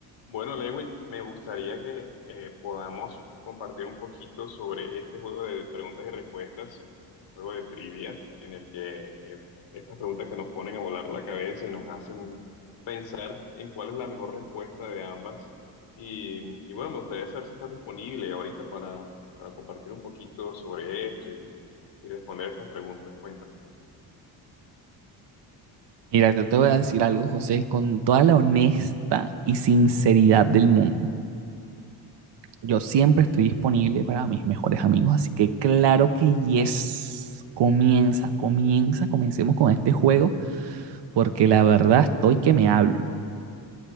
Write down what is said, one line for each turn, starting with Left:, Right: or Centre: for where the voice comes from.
Left: Bueno, Lewin, me gustaría que eh, podamos compartir un poquito sobre este juego de preguntas y respuestas, juego de trivia, en el que eh, estas preguntas que nos ponen a volar la cabeza y nos hacen pensar en cuál es la mejor respuesta de ambas. Y, y bueno, me gustaría saber si estás disponible ahorita para, para compartir un poquito sobre esto y, y responder estas preguntas. Cuéntame.
Right: Mira, yo te voy a decir algo, José, con toda la honesta y sinceridad del mundo. Yo siempre estoy disponible para mis mejores amigos, así que claro que yes. Comienza, comienza, comencemos con este juego, porque la verdad estoy que me hablo.